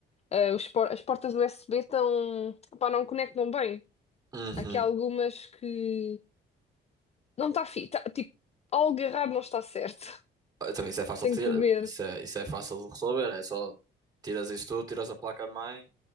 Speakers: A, on the left; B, on the right.
A: Ah, os por- as portas USB estão, pá, não conectam bem.
B: Uhum.
A: Aqui há algumas que não está fi, tá, tipo, algo errado não está certo.
B: Ah, Também isso
A: <laughs>
B: é fácil
A: Tenho
B: de tirar.
A: que ver.
B: Isso é, isso é fácil de resolver. É só tiras isso tudo, tiras a placa-mãe,